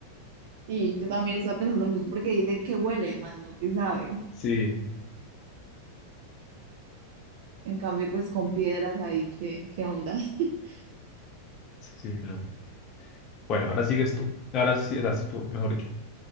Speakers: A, on the right (about 50°); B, on the left (about 35°).
A: Y yo también estaba pensando lo mismo porque dice que huele más, no que sabe.
B: Sí,
A: En cambio, pues con piedras ahí, ¿qué, qué onda? <laughs>
B: sí, no. Bueno, ahora sigues tú. Ahora sí, estás tú, mejor dicho.